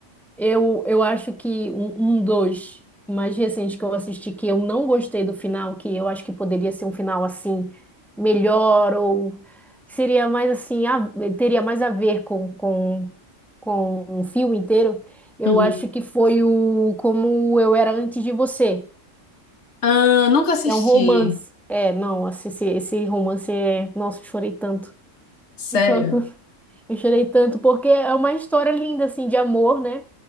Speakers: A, in the centre; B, on the left.
A: Eu, eu acho que um, um dos mais recentes que eu assisti que eu não gostei do final, que eu acho que poderia ser um final assim, melhor, ou seria mais assim, a- teria mais a ver com, com, com um filme inteiro, eu
B: Uhum.
A: acho que foi o Como Eu Era Antes de Você.
B: Ah, nunca assisti.
A: É um romance. É, não, esse, esse esse romance é. Nossa, eu chorei tanto.
B: Sério?
A: Eu choro <laughs> tanto. Eu chorei tanto porque é uma história linda, assim, de amor, né?